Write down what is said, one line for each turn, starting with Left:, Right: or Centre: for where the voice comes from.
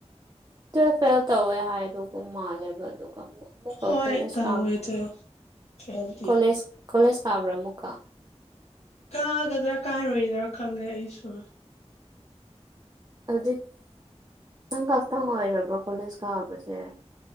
Right: ꯇꯨꯌꯦꯜꯐ ꯐꯦꯜ ꯇꯧꯋꯦ ꯍꯥꯏꯕꯒꯨꯝ ꯃꯥꯜꯂꯦꯕ ꯑꯗꯨꯒ ꯑꯃꯨꯛ ꯑꯃꯨꯛꯀ
Left: ꯍꯣꯏ
Right: ꯀꯣꯂꯦꯖ
Left: ꯇꯧꯋꯦ
Right: ꯀꯥꯕ꯭ꯔꯥ
Left: ꯑꯗꯣ ꯐꯦꯜꯗꯤ
Right: ꯀꯣꯂꯦꯖ ꯀꯣꯂꯦꯖ ꯀꯥꯕ꯭ꯔꯥ ꯑꯃꯨꯛꯀ꯫
Left: ꯀꯥꯒꯗ꯭ꯔꯥ ꯀꯥꯔꯣꯏꯗ꯭ꯔꯥ ꯈꯪꯉꯦ ꯑꯩꯁꯨ꯫
Right: ꯍꯧꯖꯤꯛ ꯅꯪ ꯈꯛꯇꯪ ꯑꯣꯏꯔꯕꯣ ꯀꯣꯂꯦꯖ ꯀꯥꯕꯁꯦ꯫